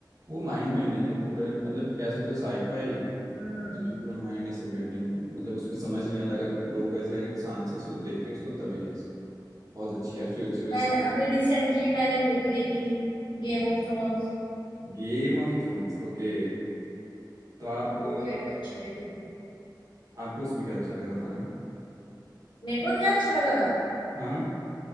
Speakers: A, on the right (about 45°); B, on the left (about 70°).
A: वो माइंड बेंडिंग है पूरे मतलब कि कह सकते हो साईफाई
B: हम्म
A: उसमें पूरा माइंड से बेंडिंग मतलब उसमें समझ नहीं आता अगर लोग ऐसे अगर शांत से सु-
B: हम्म।
A: देखें उसको तभी ऐसे बहुत अच्छी यार futurist
B: मैं अभी रिसेंटली मैंने वो भी देखी थी गेम ऑफ थ्रोन्स
A: Game of Thrones okay तो आप
B: वो
A: अ,
B: भी मेरे को अच्छी लगी थी
A: आपको उसमें क्या अच्छा लगा बताना
B: मेरे को क्या अच्छा लगा था
A: हाँ